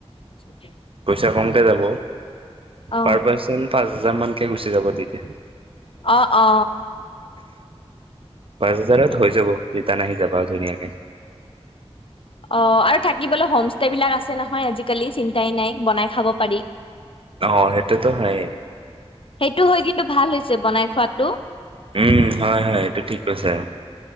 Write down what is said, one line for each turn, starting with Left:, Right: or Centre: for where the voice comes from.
Left: <unintelligible>
Right: পইচা কমকে যাব,
Left: অ
Right: পাৰ পাৰ্চন পাঁচ হাজাৰ মান কেই গুচি যাব তে।
Left: অ অ
Right: পাঁচ হাজাৰত হৈ যাব। ৰিটাৰ্ণ আহি যাবা ধুনীয়াকে।
Left: অ, আৰু থাকিবলৈ হোমষ্টে বিলাক আছে নহয়, আজিকালি চিন্তাই নাই বনাই খাব পাৰি।
Right: অহ সেইটোতো হয়ে
Left: সেইটো হয় কিন্তু ভাল হৈছে বনাই খোৱাটো।
Right: উম, হয় হয়। এইটো ঠিক কৈছে।